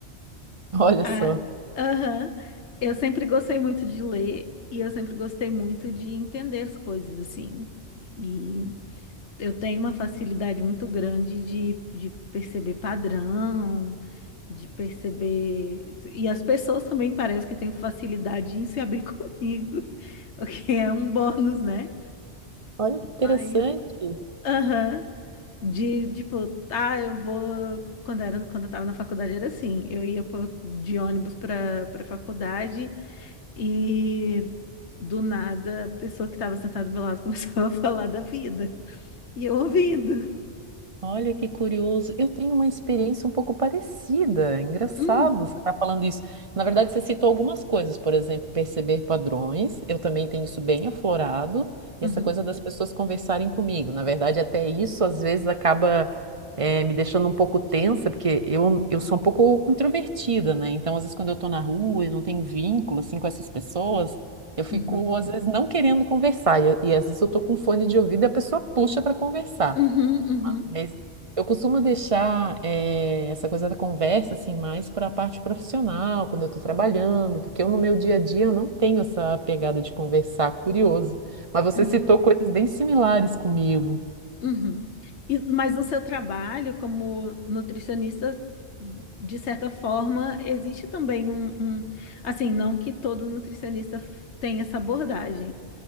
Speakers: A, on the right; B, on the left.
A: <laughs> Olha
B: Ah,
A: só,
B: aham. Eu sempre gostei muito de ler e eu sempre gostei muito de entender as coisas assim. E Eu tenho uma facilidade muito grande de, de perceber padrão, de perceber. E as pessoas também parecem que têm facilidade em se abrir <laughs> comigo, o que é um bônus, né?
A: olha que interessante.
B: Mas, aham, de tipo, ah, eu vou. Quando era, quando eu tava na faculdade era assim, eu ia por- de ônibus para para faculdade e do nada a pessoa que estava sentada do meu lado <laughs> começava a falar da vida. E eu ouvindo.
A: Olha que curioso. Eu tenho uma experiência um pouco parecida. Engraçado
B: Hum,
A: você estar falando isso. Na verdade, você citou algumas coisas, por exemplo, perceber padrões. Eu também tenho isso bem aflorado. E
B: uhum.
A: essa coisa das pessoas conversarem comigo. Na verdade, até isso às vezes acaba eh, me deixando um pouco tensa, porque eu, eu sou um pouco introvertida, né? Então, às vezes, quando eu estou na rua e não tenho vínculo assim, com essas pessoas, eu fico,
B: Uhum,
A: às vezes, não querendo conversar. E, e às vezes eu estou com fone de ouvido e a pessoa puxa para conversar.
B: uhum, uhum,
A: Mas eu costumo deixar eh, essa coisa da conversa assim mais para a parte profissional, quando eu estou trabalhando, porque eu no meu dia a dia eu não tenho essa pegada de conversar, curioso. Mas você
B: uhum,
A: citou coisas bem similares comigo.
B: uhum. E, mas no seu trabalho como nutricionista, de certa forma, existe também um, um- assim, não que todo nutricionista f- tenha essa abordagem,